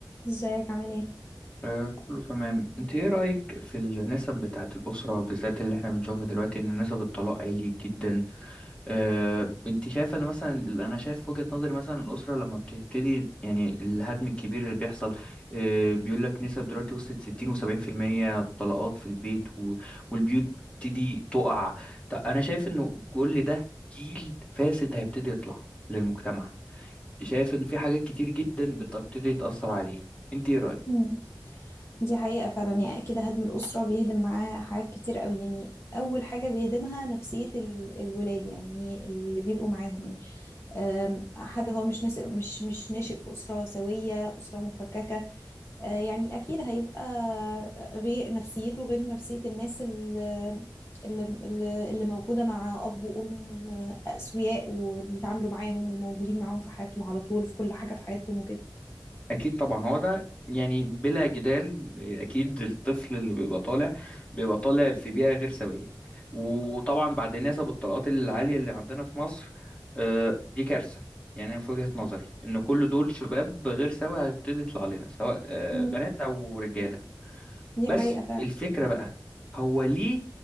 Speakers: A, on the left; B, on the left.
A: ازيك عامل ايه
B: آه كله تمام انت ايه رأيك في النسب بتاعة الأسرة بالذات اللي احنا بنشوفها دلوقتي ان نسب الطلاق عالي جدا آه انت شايفة ان مثلا انا شايف في وجهة نظري مثلا الأسرة لما بتبتدي يعني الهدم الكبير اللي بيحصل آه بيقول لك نسب دلوقتي وصلت 60 و70% طلاقات في البيت و... والبيوت تبتدي تقع طب انا شايف انه كل ده جيل فاسد هيبتدي يطلع للمجتمع شايف ان في حاجات كتير جدا بتبتدي تأثر عليه انت ايه رأيك
A: امم دي حقيقة فعلا يعني كده هدم الأسرة بيهدم معاه حاجات كتير قوي يعني أول حاجة بيهدمها نفسية ال- الولاد يعني اللي بيبقوا معاهم يعني أم، حد هو مش ناشئ مش مش ناشئ في أسرة سوية أسرة مفككة أه، يعني أكيد هيبقى غير نفسيته غير نفسية الناس اللي اللي اللي اللي موجودة مع أب وأم آه، أسوياء وبيتعاملوا معاهم وموجودين معاهم في حياتهم على طول في كل حاجة في حياتهم وكده
B: اكيد طبعا هو ده يعني بلا جدال اكيد الطفل اللي بيبقى طالع بيبقى طالع في بيئه غير سويه وطبعا بعد نسب الطلاقات العاليه اللي عندنا في مصر آه، دي كارثه يعني انا في وجهه نظري ان كل دول شباب غير سوي هيبتدي يطلع لنا سواء آه،
A: مم.
B: بنات او رجاله
A: دي
B: بس
A: حقيقة فعلا
B: الفكرة بقى هو ليه